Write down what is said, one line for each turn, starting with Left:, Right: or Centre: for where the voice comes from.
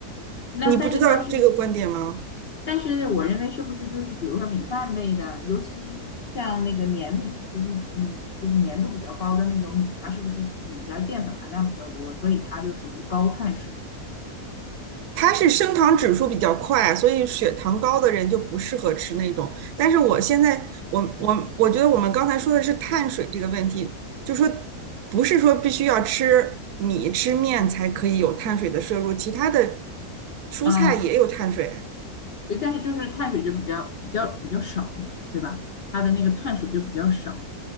Left: 那但是它是，
Right: 你不知道这个观点吗？
Left: 但是我认为是不是就是比如说米饭类的，尤其像那个粘米，就是嗯，就是粘度比较高的那种米，它是不是里边儿淀粉含量比较多，所以它就属于高碳水。
Right: 它是升糖指数比较快，所以血糖高的人就不适合吃那种。但是我现在，我我我觉得我们刚才说的是碳水这个问题，就说不是说必须要吃米吃面才可以有碳水的摄入，其他的蔬菜也有碳水，
Left: 嗯，对，但是就是碳水就比较比较比较少嘛，对吧？它的那个碳水就比较少。